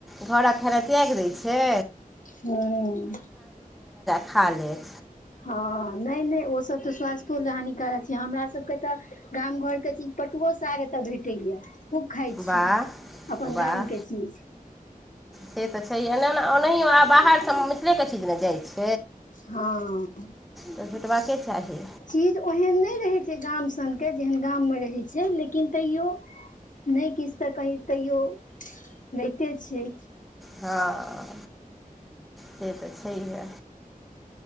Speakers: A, in the centre; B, on the left (about 60°).
A: घरक खेनाइ त्याग दै छै
B: हँ
A: खालेत
B: हँ नहि नहि ओ सब तऽ स्वास्थो ल हानिकारक छै हमरा सब के ते गाम घर के चीज पटु पटुओ साग एतअ भेटैया खूब खाइ छी
A: वाह
B: अपन
A: वाह
B: गाम के चीज
A: से तऽ छै ए ने ओनाहियो आब बाहर सँ मिथिलले के चीज नहि जाइत छी
B: हँ
A: तऽ भेटबाके चाही
B: चीज ओहन नहि रहै छै गाम सनके जेहन गाम मे रहै छै लेकिन तैयौ नहि किछु तऽ कही तैयो रहिते छियै
A: हँ से तऽ छैहे